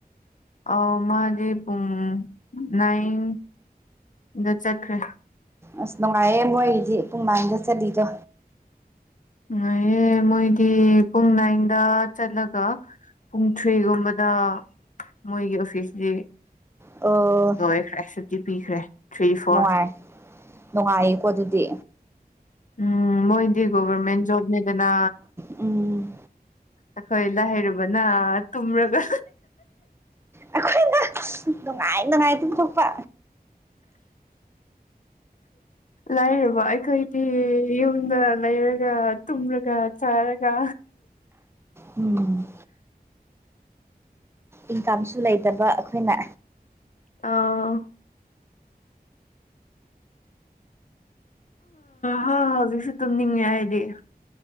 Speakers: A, on the left (about 50°); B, on the right (about 15°).
A: ꯑꯧ ꯃꯥꯗꯤ ꯄꯨꯡ ꯅꯥꯏꯟ ꯗ ꯆꯠꯈ꯭ꯔꯦ
B: ꯑꯁ ꯅꯨꯡꯉꯥꯏꯔꯌꯦ ꯃꯣꯏꯒꯤꯗꯤ ꯄꯨꯡ ꯅꯥꯏꯟꯗ ꯆꯠꯂꯤꯗꯣ
A: ꯅꯨꯡꯉꯥꯢꯌꯦ ꯃꯣꯏꯗꯤ ꯄꯨꯡ ꯅꯥꯏꯟꯗ ꯆꯠꯂꯒ ꯄꯨꯡ ꯊ꯭ꯔꯤꯒꯨꯝꯕꯗ ꯃꯣꯏꯒꯤ ꯑꯣꯐꯤꯁꯒꯤ
B: ꯑꯣ
A: ꯂꯣꯏꯈ꯭ꯔꯦ ꯁꯨꯇꯤ ꯄꯤꯈ꯭ꯔꯦ ꯊ꯭ꯔꯤ ꯐꯣꯔ
B: ꯅꯨꯡꯉꯥꯏ ꯅꯨꯡꯉꯥꯏꯌꯦꯀꯣ ꯑꯗꯨꯗꯤ
A: ꯎꯝ ꯃꯣꯏꯗꯤ ꯒꯣꯚꯔꯃꯦꯟ ꯖꯣꯕꯅꯤꯗꯅ
B: ꯎꯝ
A: ꯑꯩꯈꯣꯏ ꯂꯥꯏꯔꯕꯅ ꯍꯩꯔꯨꯕꯅ ꯇꯨꯝꯔꯒ
B: ꯑꯩꯈꯣꯏꯅ ꯅꯨꯡꯉꯥꯏ ꯅꯨꯡꯉꯥꯏ ꯇꯨꯝꯊꯣꯛꯄ
A: ꯂꯥꯏꯔꯕ ꯑꯩꯈꯣꯏ ꯗꯤ ꯌꯨꯝꯗ ꯂꯩꯔꯒ ꯇꯨꯝꯔꯒ ꯆꯥꯔꯒ
B: ꯎꯝ ꯏꯟꯀꯝꯁꯨ ꯂꯩꯇꯕ ꯑꯩꯈꯣꯏꯅ
A: ꯑꯥꯎ ꯍꯧꯖꯤꯛꯁꯨ ꯇꯨꯝꯅꯤꯡꯉꯦ ꯑꯩꯗꯤ